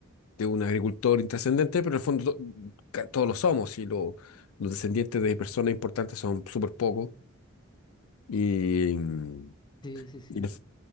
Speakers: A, on the left; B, on the left.
A: de un agricultor intrascendente, pero en el fondo to- ca- todos lo somos y lo- los descendientes de personas importantes son súper pocos. Y, mm,
B: sí, sí, sí.
A: y, en el f-